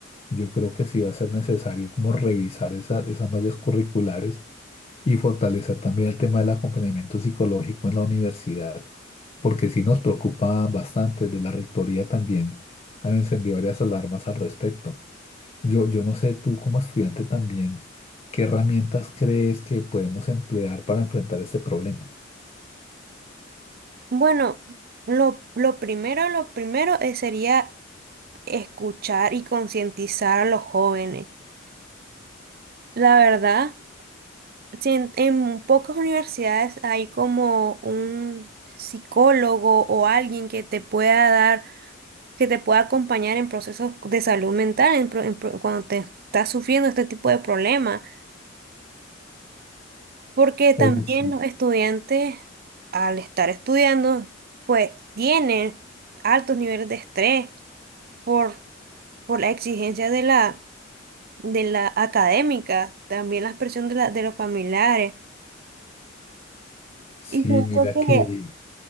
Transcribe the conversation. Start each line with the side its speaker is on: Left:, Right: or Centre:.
Left: Yo creo que sí va a ser necesario como revisar esa- esas mallas curriculares y fortalecer también el tema del acompañamiento psicológico en la universidad, porque sí nos preocupa bastante. De la rectoría también han encendido varias alarmas al respecto. Yo, yo no sé, tú como estudiante también, ¿qué herramientas crees que podemos emplear para enfrentar este problema?
Right: Bueno, lo, lo primero, lo primero eh, sería escuchar y concientizar a los jóvenes. La verdad. Sí, en, en pocas universidades hay como un psicólogo o alguien que te pueda dar, que te pueda acompañar en procesos de salud mental, en pro- en pro- cuando te estás sufriendo este tipo de problemas, porque también
Left: Oye, sí,
Right: los estudiantes, al estar estudiando, pues tienen altos niveles de estrés por por la exigencia de la, de la académica, también la presión de, la, de los familiares.
Left: sí,
Right: Y siento
Left: mira que,
Right: que